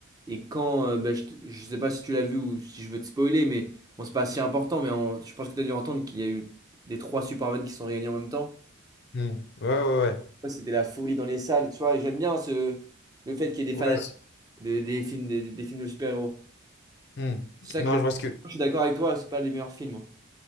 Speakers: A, on the right (about 20°); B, on the left (about 50°).
A: Et quand, euh, bah, je, te- je sais pas si tu l'as vu ou si je veux te spoiler, mais bon, c'est pas si important, mais en- je pense que tu as dû entendre qu'il y a eu des trois Superman qui sont réunis en même temps.
B: Hmm. Ouais, ouais, ouais.
A: Ouais, c'était la folie dans les salles, tu vois. Et j'aime bien ce... le fait qu'il y ait des
B: Ouais,
A: fanatiques
B: c'est-
A: de- des films, des, des- des films de super-héros.
B: hmm.
A: C'est
B: Non,
A: ça que j'aime.
B: je vois ce que.
A: Je suis d'accord avec toi, c'est pas les meilleurs films. hein.